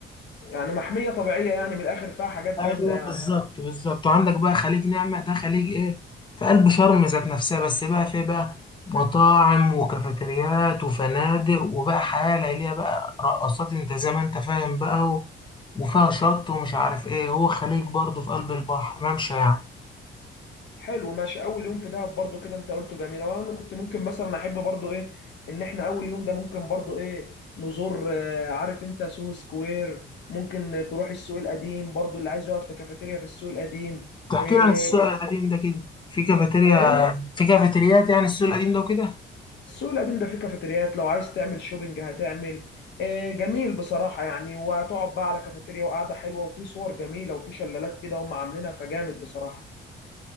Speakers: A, on the left (about 65°); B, on the left (about 25°).
A: يعني محميه طبيعيه يعني من الاخر فيها حاجات
B: ايوه
A: جامده يعني
B: بالظبط بالظبط وعندك بقى خليج نعمة ده خليج ايه في قلب شرم ذات نفسها بس بقى فيه بقى مطاعم وكافيتريات وفنادق وبقى حياة ليلية بقى رقصات انت زي ما انت فاهم بقى و... وفيها شط ومش عارف ايه هو خليج برضه في قلب البحر ممشى يعني
A: حلو ماشي اول يوم في دهب برضو كده انت قلته جميل وانا كنت ممكن مثلا احب برضو ايه ان احنا اول يوم ده ممكن برضو ايه نزور آه، عارف انت سوهو سكوير ممكن تروح السوق القديم برضو اللي عايز يقعد في كافيتيريا في السوق القديم
B: تحكي
A: ايه
B: لي عن السوق القديم ده كده في كافيتيريا
A: ايه
B: في كافيتريات يعني السوق القديم ده وكده
A: السوق القديم ده فيه كافيتريات لو عايز تعمل شوبينج هتعمل إيه جميل بصراحة يعني وهتقعد بقى على كافيتيريا وقعدة حلوة وفي صور جميلة وفي شلالات كده هم عاملينها فجامد بصراحة